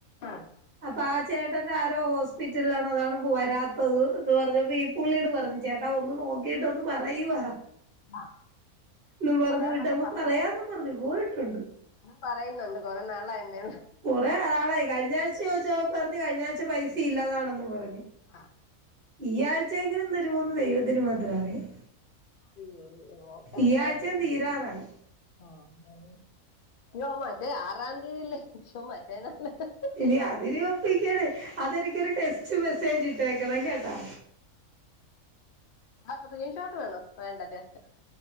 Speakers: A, on the left (about 75°); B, on the right (about 40°).
A: ആഹ..
B: പാച്ചിട്ട ചേട്ടന്റെ ആരോ ഹോസ്പിറ്റലില ആണ് അതാണ് വരാത്തത് എന്ന് പറഞ്ഞപ്പോ ഈ പുള്ളീട് പറഞ്ഞു ചേ ട്ടാ ഒന്ന് നോക്കിട്ടൊന്ന് പറയവാ
A: ആഹ്
B: എന്നും പറഞ്ഞു
A: പറയാന്നൊക്കെ
B: വിട്ടപ്പൊ
A: പറഞ്ഞോ
B: പറയാ പറഞ്ഞു പോയിട്ടുണ്ട്
A: പറയുന്നുണ്ട് കൊറേ നാളെ ആയന്നേ
B: കുറേ നാള്ളയി കഴഞ്ഞാഴച ചോദിച്ചാ പറഞ്ഞഞ് കഴിഞ്ഞ ആഴ്ച പൈസ ഇല്ലാതാണെന്ന് പറഞ്ഞു
A: ആഹ്
B: ഈ ആഴ്ച എങ്കിലും തരുമോന്ന് ദൈവത്തിന് മാത്ര അറിയാം
A: <unintelligible> നോക്കാ
B: ഈ
A: എന്തായാലും
B: ആഴ്ചയും തീരാറായി
A: ഉം ആഹ് <unintelligible> മാറ്റേ ആറാം തീയതില്ലേ <unintelligible> മാറ്റേ <unintelligible>
B: ഇനി അതിന് ഒപ്പിക്കണ് അതെനിക്കൊരു ടെക്സ്റ്റ് മെസ്സേജ് ഇട്ടേക്കണം കേട്ടാ
A: അത് സ്ത്രീൻഷോട്ട് വേണോ വേണ്ട ജസ്റ്റ്